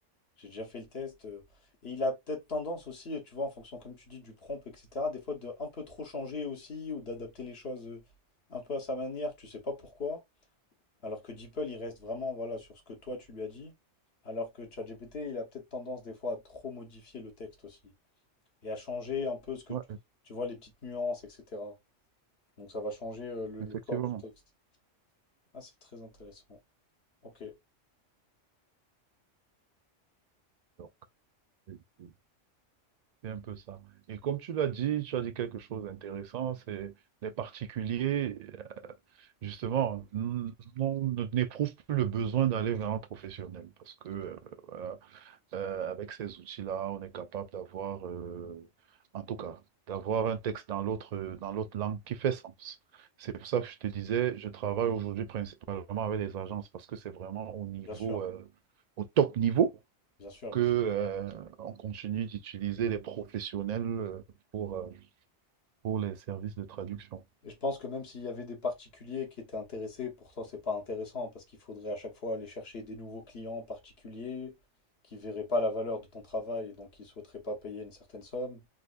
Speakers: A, on the left; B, on the right.
A: j'ai déjà fait le test. euh, et il a peut-être tendance aussi, euh, tu vois, en fonction, comme tu dis, du prompt, etc., des fois de un peu trop changer aussi, ou d'adapter les choses euh, un peu à sa manière, tu sais pas pourquoi. Alors que DeepL, il reste vraiment, voilà, sur ce que toi, tu lui as dit. Alors que ChatGPT, il a peut-être tendance des fois à trop modifier le texte aussi. Et à changer un peu ce que
B: Ouais,
A: tu, tu vois, les petites nuances, etc. Donc ça va changer euh, le,
B: effectivement.
A: le corps du texte. Ah, c'est très intéressant. Ok,
B: Donc, c'est c'est- c'est un peu ça. Et comme tu l'as dit, tu as dit quelque chose d'intéressant, c'est les particuliers, euh, justement, n- n'ont- n'éprouvent plus le besoin d'aller vers un professionnel parce que euh, voilà, Euh, avec ces outils-là, on est capable d'avoir, euh, en tout cas, d'avoir un texte dans l'autre, euh, dans l'autre langue qui fait sens. C'est pour ça que je te disais, je travaille aujourd'hui principalement avec les agences parce que c'est vraiment au niveau,
A: bien sûr,
B: euh, au top niveau
A: bien sûr,
B: que,
A: bien
B: euh,
A: sûr.
B: on continue d'utiliser les professionnels euh, pour, euh, pour les services de traduction.
A: Et je pense que même s'il y avait des particuliers qui étaient intéressés, pour toi, c'est pas intéressant parce qu'il faudrait à chaque fois aller chercher des nouveaux clients particuliers qui verraient pas la valeur de ton travail et donc qui souhaiteraient pas payer une certaine somme.